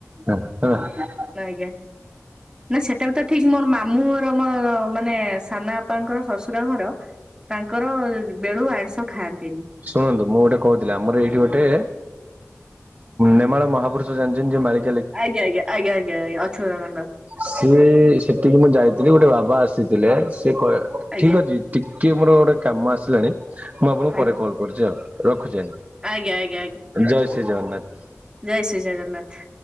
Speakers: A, on the right; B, on the right.
A: ଆହା। <unintelligible>
B: ଆଜ୍ଞା। ନାଁ ସେଟା ବି ତ ଠିକ୍ ମୋର ମାମୁଁ ଘର ମୋ ମାନେ ସାନ ବାପାଙ୍କର ଶଶୁର ଘର ତାଙ୍କର ବେଳୁ ଆଇଁଷ ଖାଆନ୍ତିନି।
A: ଶୁଣନ୍ତୁ ମୁଁ ଗୋଟେ କୋହୁଥିଲି ଆମର ଏଇଠି ଗୋଟେ ନେମାଳ ମହାପୁରୁଷ ଜାଣିଚନ୍ତି ଯେ ମାଳି
B: ଆଜ୍ଞା ଆଜ୍ଞା ଆଜ୍ଞା ଆଜ୍ଞା ଆଜ୍ଞା ଅଛୁତା ନନ୍ଦ।
A: ସିଏ ସେଠିକି ମୁଁ ଯାଇଥିଲି ଗୋଟେ ବାବା ଆସିଥିଲେ। ସିଏ କ
B: ଆଜ୍ଞା।
A: ଠିକ୍ ଅଛି। ଟିକେ ମୋର ଗୋଟେ କାମ ଆସିଲାଣି। ମୁଁ ଆପଣଙ୍କୁ
B: ଆଜ୍ଞା
A: ପରେ କଲ୍ କରୁଚି ଆଉ ରଖୁଛି ଆଜ୍ଞା।
B: ଆଜ୍ଞା ଆଜ୍ଞା ଆଜ୍ଞା।
A: ଜୟ ଶ୍ରୀ ଜଗନ୍ନାଥ।
B: ଜୟ ଶ୍ରୀ ଜଗନ୍ନାଥ।